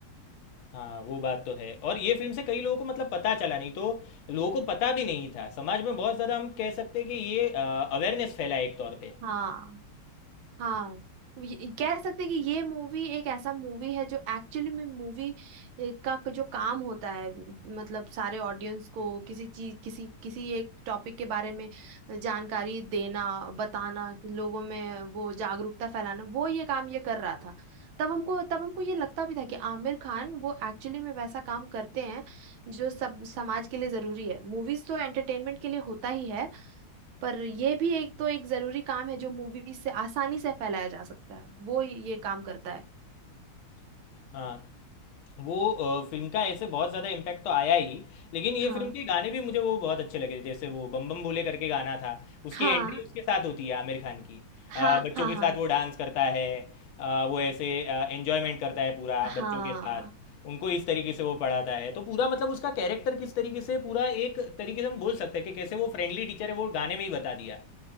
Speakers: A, on the left; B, on the right.
A: हाँ वो बात तो है और ये फिल्म से कई लोगों को मतलब पता चला नहीं तो लोगों को पता भी नहीं था समाज में बहुत ज़्यादा हम कह सकते हैं कि ये अवेयरनेस फैला एक तौर पे
B: हाँ हाँ ये- कह सकते हैं कि ये मूवी एक ऐसा मूवी है जो एक्चुअली में मूवी का जो काम होता है मतलब सारे ऑडियंस को किसी चीज किसी किसी एक टॉपिक के बारे में जानकारी देना बताना लोगों में वो जागरूकता फैलाना वो ये काम ये कर रहा था तब हमको तब हमको ये लगता भी था कि आमिर खान वो एक्चुअली में वैसा काम करते हैं जो सब समाज के लिए जरूरी है मूवीज तो एंटरटेनमेंट के लिए होता ही है पर ये भी एक तो एक जरूरी काम है जो मूवी से आसानी से फैलाया जा सकता है वो ये काम करता है
A: हाँ वो अ, फिल्म का ऐसे बहुत ज़्यादा इम्पैक्ट तो आया ही लेकिन ये
B: हाँ
A: फिल्म के गाने भी मुझे वो बहुत अच्छे लगे जैसे वो बम बम बोले करके गाना था उसकी
B: हाँ
A: एंट्री उसके साथ होती है आमिर खान की अ,
B: हाँ
A: बच्चों
B: हाँ
A: के
B: हाँ
A: साथ वो डांस करता है अ, वो ऐसे एंजॉयमेंट करता है पूरा
B: हाँ
A: बच्चों के साथ उनको इस तरीके से वो पढ़ाता है तो पूरा मतलब उसका कैरेक्टर किस तरीके से पूरा एक तरीके से हम बोल सकते हैं कि कैसे वो फ्रेंडली टीचर है वो गाने में ही बता दिया